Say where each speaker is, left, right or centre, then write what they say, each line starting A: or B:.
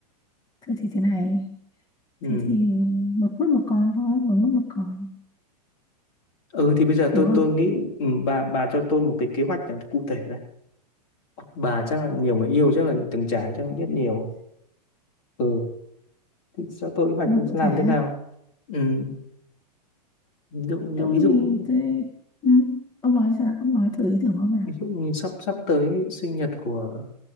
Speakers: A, on the left (about 20°); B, on the left (about 55°).
A: Thế thì thế này
B: ừ.
A: thế thì một mất một con thôi một mất một con
B: Ừ thì bây giờ
A: đúng
B: tôi
A: không
B: tôi nghĩ ừ, bà bà cho tôi một cái kế hoạch nào cụ thể này. Bà chắc là nhiều người yêu chắc là từng trải chắc là biết nhiều. Ừ thì cho tôi kế hoạch
A: thế là cụ
B: làm
A: thể
B: thế nào?
A: à
B: Ừ. Ví dụ như,
A: tôi
B: ví dụ
A: thì tôi ừ. ông nói sao ông nói thử ý tưởng của ông nào
B: ví dụ như sắp sắp tới sinh nhật của